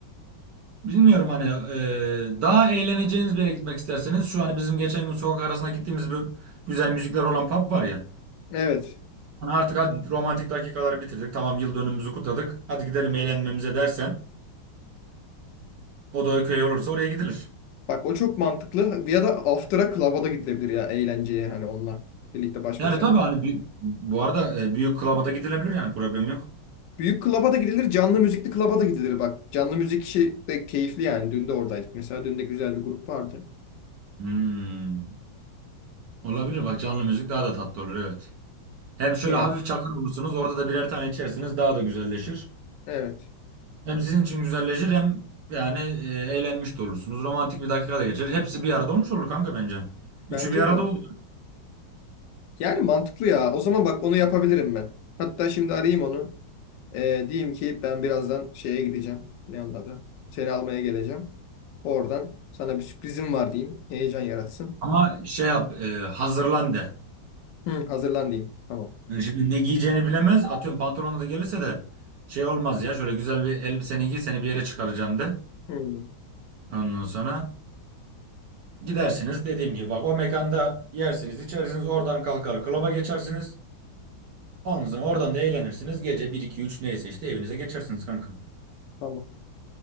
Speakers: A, on the right; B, on the left.
A: Bilmiyorum hani e, daha eğleneceğiniz bir yere gitmek isterseniz şu hani bizim geçen gün sokak arasına gittiğimiz bir güzel müzikler olan pub var ya.
B: Evet.
A: Hani artık hadi romantik dakikaları bitirdik. Tamam yıl dönümümüzü kutladık. Hadi gidelim eğlenmemize dersen o da köy olursa oraya gidilir.
B: Bak o çok mantıklı. Ya da after'a club'a da gidilebilir ya eğlenceye hani onunla. Birlikte baş
A: Yani
B: başa.
A: tabii hani bir- bu arada e, büyük klaba da gidilebilir yani problem yok.
B: Büyük klaba da gidilir, canlı müzikli klaba da gidilir bak. Canlı müzik işi de keyifli yani. Dün de oradaydık. Mesela dün de güzel bir grup vardı.
A: Hmm. Olabilir bak canlı müzik daha da tatlı olur evet. Hem şöyle
B: Yani
A: hafif çakır bulursunuz orada da birer tane içersiniz daha da güzelleşir.
B: evet.
A: Hem sizin için güzelleşir hem yani e, eğlenmiş de olursunuz. Romantik bir dakika da geçer. Hepsi bir arada olmuş olur kanka bence. Üçü
B: Bence
A: bir arada
B: de.
A: oluyor.
B: Yani mantıklı ya. O zaman bak onu yapabilirim ben. Hatta şimdi arayayım onu. Ee, diyeyim ki ben birazdan şeye gideceğim. Ne onun adı? Seni almaya geleceğim. Oradan sana bir sürprizim var diyeyim. Heyecan yaratsın.
A: Ama şey yap e, hazırlan de.
B: Hı, hazırlan diyeyim. Tamam.
A: Yani şimdi ne giyeceğini bilemez. Atıyorum pantolonla da gelirse de şey olmaz ya. Şöyle güzel bir elbiseni giy seni bir yere çıkaracağım de.
B: Hı,
A: Ondan sonra gidersiniz dediğim gibi. Bak o mekanda yersiniz içersiniz oradan kalkar klaba geçersiniz. Ondan sonra oradan da eğlenirsiniz. Gece bir iki üç neyse işte evinize geçersiniz kanka.
B: tamam.